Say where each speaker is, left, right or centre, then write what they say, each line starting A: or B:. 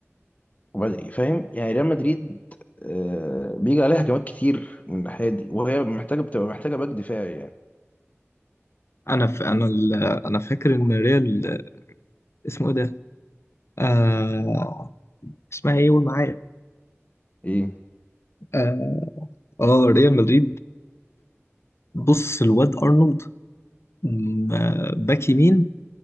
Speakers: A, on the left; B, on the left.
A: وبعد- فاهم يعني ريال مدريد آه، بيجي عليها هجمات كتير من الناحيه دي وهي محتاجه بتبقى محتاجه باك دفاعي يعني
B: انا ف... انا ال... انا فاكر ان ريال اسمه ايه ده آه... اسمها ايه قول معايا
A: ايه
B: اه آه، ريال مدريد بص الواد ارنولد م- باك يمين